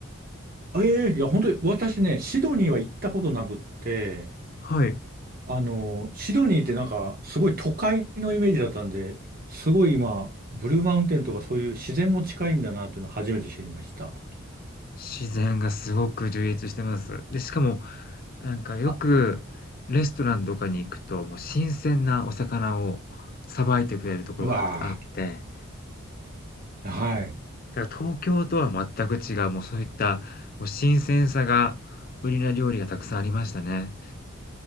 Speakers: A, on the right (about 45°); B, on the left (about 45°).
A: ええいや、本当に、私ね、シドニーは行ったことなくって、
B: はい。
A: あの、シドニーってなんか、すごい都会のイメージだったんで、すごい今、ブルーマウンテンとかそういう自然も近いんだなっていうのを初めて知りました。
B: 自然がすごく充実してます。で、しかもなんかよくレストランとかに行くと、
A: あ、
B: もう新鮮なお魚をさばいてくれるところがたくさんあって、
A: うわあ。はい。
B: だから東京とは全く違う、もうそういった、もう新鮮さが売りな料理がたくさんありましたね。